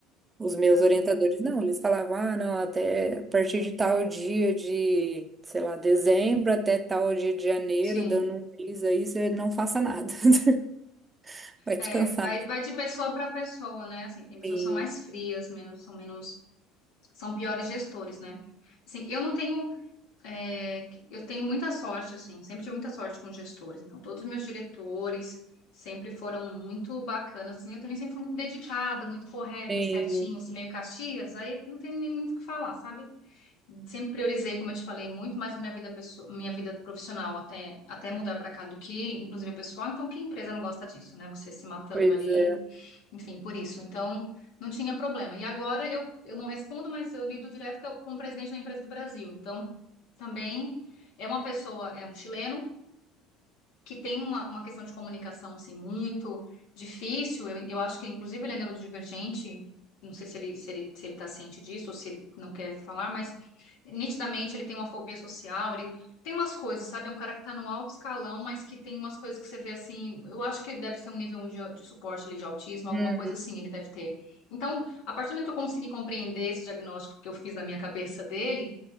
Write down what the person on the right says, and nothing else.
Os meus
orientadores não, eles falavam, ah, não, até a partir de tal dia de, sei lá, dezembro até tal dia de janeiro,
dando um mês aí, você não faça nada. <laughs> Vai
descansar.
Tem,
tem
coisa.
Hum,